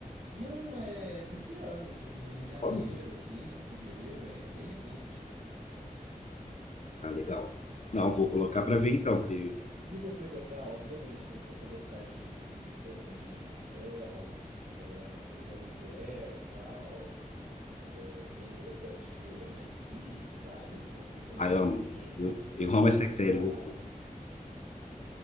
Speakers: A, on the right; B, on the left.
A: Não, é desse ano, se eu não me engano, janeiro,
B: Olha.
A: assim, fevereiro, é é bem recente.
B: Ah, legal. Não, vou colocar para ver então, que
A: Se você gostar, obviamente, né? Se você gostar de, desse tema de ação, é, assassino de aluguel, tal, é bem interessante. Tipo, MI6, sabe? Eles vão tentando
B: Ah,
A: descobrir
B: eu amo.
A: quem,
B: Eu, eu amo
A: quem
B: essas
A: que é o
B: séries,
A: cara.
B: assim.